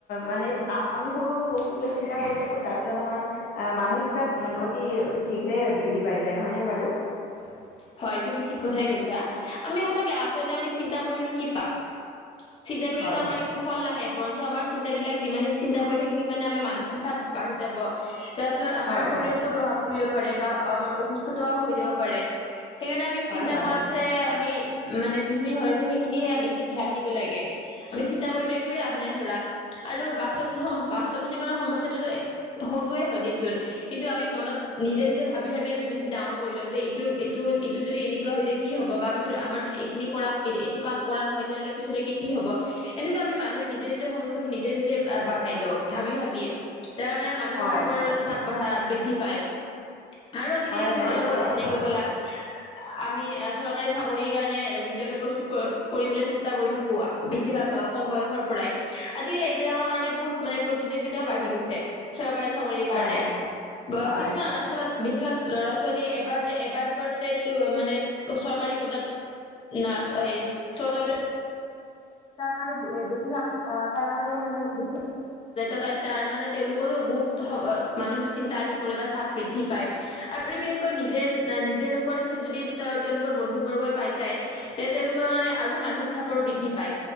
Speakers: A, on the left; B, on the left.
A: মানে চ আমি সৰু সৰু বস্তুক লৈ চিন্তা কৰি থাকো যাৰ ফলত আমাৰ আহ মানসিক চাপ উম অতি শীঘ্ৰে বৃদ্ধি পাই যায় নহয়নে বাৰু। <unintelligible>
B: হয় তুমি ঠিক কথাই কৈছা আমি সচাকে আচলতে আমি চিন্তা কৰিনো কি পাম। চিন্তা কৰিলেতো
A: হয়
B: আমাৰ একো ফল নাহে। বৰঞ্চ আমাৰ চিন্তাবিলাক যিমানে চিন্তা কৰি থাকিম সিমানে আমাৰ মানসিক চাপ বাঢ়ি যাব। যাৰ ফলত আমাৰ
A: হয়
B: শৰীৰতটো প্ৰভাৱ ফুৰিব পাৰে বা আমাৰ অসুস্থতাও হৈ যাব পাৰে। সেইকাৰণে আমি
A: হয়
B: চিন্তা
A: হয়
B: কৰাতছে আমি। মানে যিখিনি হৈ আছে সেইখিনিহে বেছি ধ্যান দিব লাগে। আমি চিন্তা কৰিতো একোৱে লাভ নাই ধৰা। আৰু বাস্তৱ বাস্তৱ জীৱনৰ সমস্যাটোত সৰুৱে হয় দিয়াচোন। কিন্তু আমি মনত নিজে নিজে ভাবি ভাবি আমি বেছি ডাঙৰ কৰি লও যে এইটোৰ এইটো এইটো যদি এনেকুৱা হৈ য যে কি হব, বা পিছত আমাৰ যদি এইখিনি কৰা এইটো কাম কৰা নহয় তেনেহলে পিছলৈকে কি হব, এনেকুৱা আমি মানুহে নিজে নিজৰ সমস্যাবোৰ নিজে নিজে বাঢ়াই লৱ ভাবি ভাবিয়ে। যাৰ কাৰণে আৰু মানসিক
A: হয়
B: চাপৰ চাপ বাঢ়া বৃদ্ধি পায়। আৰু আজিকালি
A: হয়
B: তুমি
A: হয়
B: অলপতে
A: একেবাৰে সঁচা
B: যেনেকে
A: কথা
B: কলা আমি চৰকাৰী চাকৰিৰ কাৰণে নিজকে প্ৰস্তুত কৰিবলৈ চেষ্টা কৰি থাকো বেছিভাগ কম বয়সৰ প্ৰায় আজিকালি এইবিলাকৰ কাৰণে বহুত। মানে প্ৰতিযোগিতাও বাঢ়ি গৈছে। চৰকাৰী চাকৰিৰ
A: হয়
B: কাৰণে বা
A: হয়
B: কিছুমান আৰু চাবা বেছিভাগ ল'ৰা ছোৱালীয়ে এবাৰটে এবাটো। এবাৰটে মানে চৰকাৰ পদত ন চৰকাৰ তাৰ কাৰণে বেছিভাগ তাৰ কাৰণে মানে বিছিভা। য ই ত তাৰ কাৰণে তেওঁলোক। সৰু বহুত মানসিক চিন্তা আহি পৰে বা চাপ বৃদ্ধি পায়। আৰু বিশেষকৈ নিজে না নিজে । যে নোপোৱাৰ পিছত যদি তেওঁলোকৰ বন্ধু বৰ্গই পাই যায়, যে তেওঁলোকৰ কাৰণে আৰু মানসিক চাপৰ বৃদ্ধি পায়।